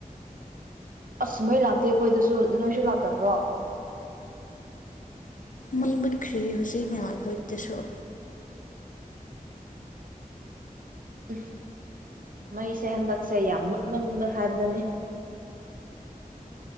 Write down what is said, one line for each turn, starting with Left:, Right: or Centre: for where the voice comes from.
Right: ꯑꯁꯃꯩ ꯂꯥꯛꯇꯦ ꯑꯩꯈꯣꯏꯗꯁꯨ ꯅꯣꯏꯁꯨ ꯂꯥꯛꯇꯕ꯭ꯔꯣ
Left: ꯃꯩꯃꯨꯠꯈ꯭ꯔꯦ ꯍꯧꯖꯤꯛ ꯅꯍꯥ ꯍꯣꯏꯇꯁꯨ
Right: ꯎꯨ ꯃꯩꯁꯦ ꯍꯟꯗꯛꯁꯦ ꯌꯥꯝ ꯃꯨꯠꯃꯟꯕ ꯍꯥꯏꯕꯗꯨꯅꯤ